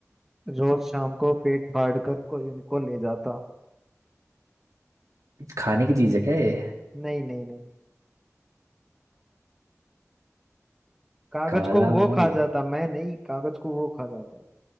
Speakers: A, in the centre; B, on the right (about 80°).
A: रोज शाम को पेट फाड़ कर कोई उनको ले जाता
B: खाने की चीज है क्या ये
A: नहीं नहीं नहीं कागज
B: काला
A: को वो
B: मुंह
A: खा
B: ला-
A: जाता मैं नहीं कागज को वो खा जाता